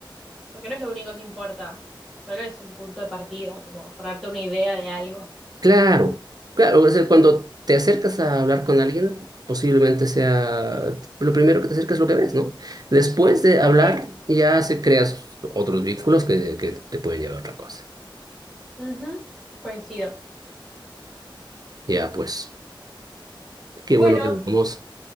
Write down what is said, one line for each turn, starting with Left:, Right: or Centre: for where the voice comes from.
Centre: porque no es lo único que importa. Solo es un punto de partida, como para darte una idea de algo.
Right: Claro, claro, o sea, cuando te acercas a hablar con alguien, posiblemente sea lo primero que te acercas lo que ves, ¿no? Después de hablar,
Centre: Sí,
Right: ya se creas otros vínculos que, que te pueden llevar a otra cosa.
Centre: ujú, coincido.
Right: Ya, pues, qué
Centre: Bueno,
Right: bueno que hablamos.